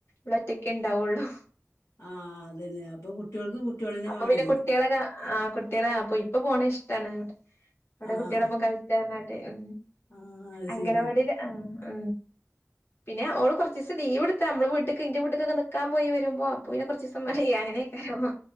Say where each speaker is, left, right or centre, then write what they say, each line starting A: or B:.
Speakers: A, on the left (about 50°); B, on the left (about 65°).
A: ള് ഒറ്റക്കെ ഉണ്ടാവുള്ളു
B: ആഹ് അതന്നെ അപ്പൊ കുട്ടിൾക്ക് കുട്ടിളെന്നെ
A: അപ്പൊ
B: വേണേ
A: പിന്നെ കുട്ട്യാളൊക്കെ ആഹ് കുട്ടിളാ അപ്പൊ ഇപ്പൊ പോണ ഇഷ്ടാണ് അവിടെ
B: ആഹ്
A: കുട്ടിളപ്പം കളിച്ചർഞ് ഉ
B: ആഹ് അത്
A: അംഗനവാടില്
B: ശെരി
A: ആ ആ പിന്നെ അഓള് കൊർചിസം ലീവടുത്ത അമ്മള് വീട്ട്ക് ഇന്റെ വീട്ട്ക്കെക്കെ നിക്കാൻ പോയിവരുമ്പോ പോയന് കൊർച്ചിസം പഷേല്ലെ അങ്ങനയ്ക്കാരോ